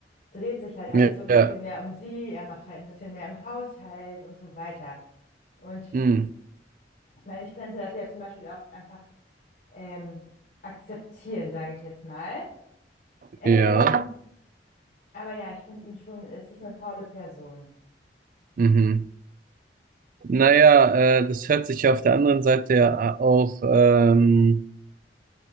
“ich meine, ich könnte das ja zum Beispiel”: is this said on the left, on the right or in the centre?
Left